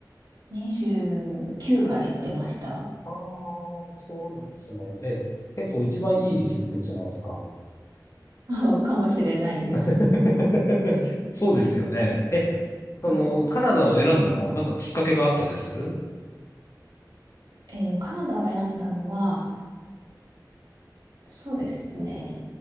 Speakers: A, on the right; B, on the left.
A: 29から言ってました。
B: ああー、そうなんですね。え、結構一番いい時期に行ってるじゃないですか。
A: <laughs> かもしれないです。
B: <laughs> そうですよね。え、その、
A: はい。
B: カナダを選んだのはなんかきっかけがあったんですはい
A: えーカナダを選んだのは、そうですね。